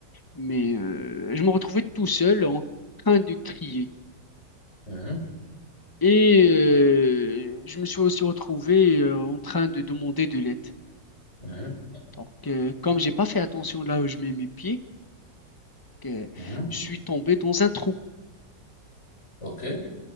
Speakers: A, on the left; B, on the left.
A: mais euh, je me retrouvais tout seul en train de crier.
B: Mhm.
A: Et euh, je me suis aussi retrouvé euh, en train de demander de l'aide.
B: Mhm.
A: Donc, euh, comme j'ai pas fait attention là où je mets mes pieds, euh,
B: Mhm.
A: je suis tombé dans un trou,
B: OK.